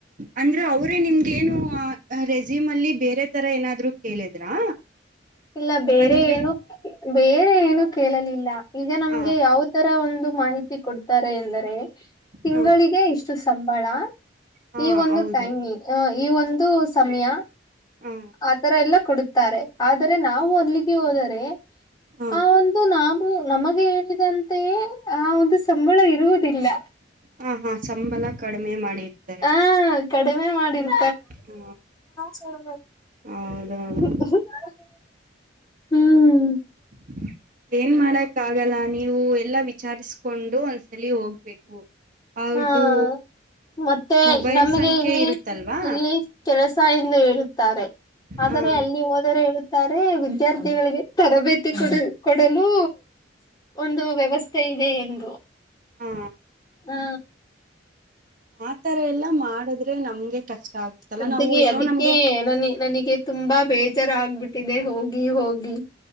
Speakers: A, on the right; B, on the left.
A: ಅಂದ್ರ ಅವ್ರೇ ನಿಮ್ಗ ಏನು ರೆಸೀಮ್ ಅಲ್ಲಿ ಬೇರೆ ತರ ಏನಾದ್ರು ಕೇಳಿದ್ರಾ.
B: ಇಲ್ಲ ಬೇರೆ
A: ಅಂದ್ರೆ
B: ಏನು ಬೇರೆ ಏನು ಕೇಳಲಿಲ್ಲ ಈಗ ನಮ್ಗೆ
A: ಹ
B: ಯಾವ ತರ ಒಂದು. ಮಾಹಿತಿ ಕೊಡ್ತಾರೆ ಎಂದರೆ ತಿಂಗಳಿಗೆ
A: ಹ
B: ಇಷ್ಟು ಸಂಬಳ.
A: ಹಾ
B: ಈ ಒಂದು
A: ಹೌದು
B: ಟೈಮಿಂಗ ಈ ಒಂದು ಸಮಯ
A: ಹ
B: ಆತರ ಎಲ್ಲ ಕೊಡ. ತಾರೆ ಆದರೆ ನಾವು ಅಲಿಗೆ ಹೋದರೆ.
A: ಹ
B: ಆ ಒಂದು ನಾವು ನಮಗೆ ಹೇಳಿದಂತೆ ಆ ಒಂದು. ಮುಳ್ಳು ಇರುವುದಿಲ್ಲ.
A: ಹ ಹಾ ಸಂಬಳ ಕಡಿಮೆ ಮಾಡಿರ್ತಾರೆ.
B: ಆ ಕಡಿಮೆ ಮಾಡಿ. ಮಾ
A: ಹ
B: ಕೊಡ.
A: ಹೌದೌದು
B: <unintelligible> ಹ್ಮ್.
A: <inaudible> ಏನ್ ಮಾಡಕ್ ಆಗಲ್ಲ ನೀವು ಎಲ್ಲಾ ವಿಚಾರಿಸಕೊಂಡು ಒಂದ್ಸಲಿ ಹೋಗ್ಬೇಕು. ಅವ್ರ್ದು.
B: ಹಾ ಮತ್ತೆ
A: ಮೊಬೈಲ್
B: ನಮ್ಗೆ
A: ಸಂಖ್ಯೆ
B: ಇಲ್ಲಿ
A: ಇರುತ್ತಲ್ವಾ
B: ಇಲ್ಲಿ ಕೆಲಸ ಎಂದು ಹೇಳುತ್ತಾರೆ. ಆದರೆ
A: ಹ
B: ಅಲ್ಲಿ ಹೋದರೆ. ವಿದ್ಯಾರ್ಥಿಗಳಿಗೆ ತರಬೇತಿ ಕೊಡ ಕೊಡಲು ಒಂದು ವ್ಯವಸ್ಥೆ. ಇದೆ ಎಂದು.
A: ಹಾ.
B: ಹಾ
A: ಆತರ ಎಲ್ಲಾ ಮಾಡುದ್ರೆ ನಮ್ಗೆ ಕಷ್ಟ ಆಗುತ್ತಲ್ಲ
B: ಅಡಿಗೆ
A: ನಾವು ಏನೋ
B: ಅದಕ್ಕೆ
A: ನಮ್ಗೆ
B: ನ ನನಗೆ ತುಂಬಾ ಬೇಜಾರ ಆಗ್ಬಿಟ್ಟಿದೆ ಹೋಗಿ ಹೋಗಿ